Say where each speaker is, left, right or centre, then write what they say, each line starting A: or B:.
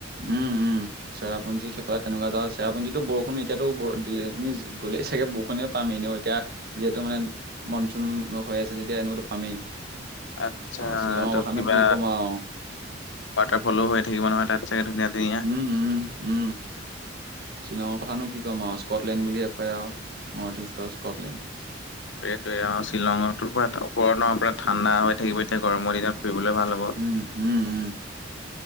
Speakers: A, on the right (about 55°); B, on the left (about 70°).
A: উম উম চেৰাপুঞ্জী সেইফালে তেনেকুৱা জেগা চেৰাপুঞ্জটো বৰষুণ এতিয়াতো ব দিলে আমি গলে চাগে বৰষুণে পাম এনেও এতিয়া। যিহেতু মানে মনচুন হৈ আছে যেতিয়াটো এনেকুৱা পামেই
B: আচ্ছা
A: অ শ্বিলঙৰ
B: তো
A: কথানো
B: কিবা
A: কি ক'ম আও
B: ৱাটাৰ ফলো হৈ থাকিব নহয় তাত চাগে ধুনীয়া ধুনীয়া
A: উম উম শ্বিলঙৰ কথানো কি ক'ম আও স্কটলেণ্ড বুলি কয় আও নৰ্থ ইষ্টৰ স্কটলেণ্ড।
B: এইটোয়ে আও শ্বিলঙৰটোৰ পৰা চাপৰ ন পৰা ঠাণ্ডা হৈ থাকিব এতিয়া গৰমৰ দিনত ফুৰিবলে ভাল হ'ব।
A: উম উম উম।